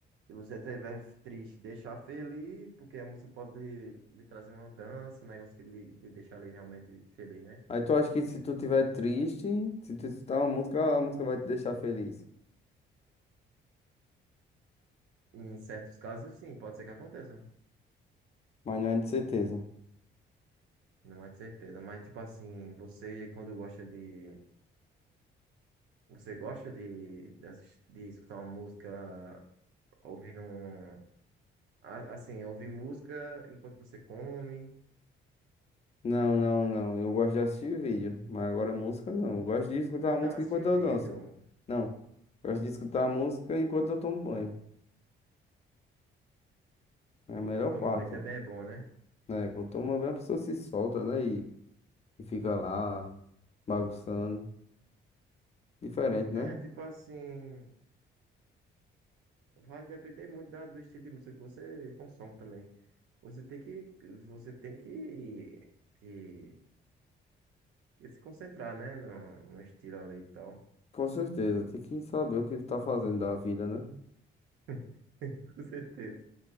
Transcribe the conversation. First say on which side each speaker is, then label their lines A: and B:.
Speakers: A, on the right; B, on the left.
A: Se você estiver triste, deixar feliz, porque a música pode lhe, lhe trazer uma dança, um negócio que lhe, lhe deixar ali realmente feliz, né?
B: Aí tu acha que se tu tiver triste, se tu escutar uma música, a música vai te deixar feliz.
A: Em certos casos, sim, pode ser que aconteça.
B: Mas não é de certeza.
A: Não é de certeza, mas tipo assim, você quando gosta de. Você gosta de, de, assis- de escutar uma música ouvindo um. a- Assim, ouvir música enquanto você come.
B: Não, não, não. Eu gosto de assistir vídeo, mas agora música não. Eu gosto de escutar
A: Então,
B: a música
A: assistir
B: enquanto eu
A: vídeo.
B: danço. Não. Gosto de escutar a música enquanto eu tomo banho. É a melhor
A: Enquanto toma
B: parte,
A: banho também é bom, né?
B: né? Quando toma banho, a pessoa se solta, né? E, e fica lá bagunçando. Diferente,
A: É,
B: né?
A: tipo assim, vai depender muito da- do estilo de música que você consome também. Você tem que, você tem que, que, que se concentrar, né? No, no estilo ali e tal.
B: Com certeza. Tem que saber o que tá fazendo da vida, né?
A: <laughs> Com certeza.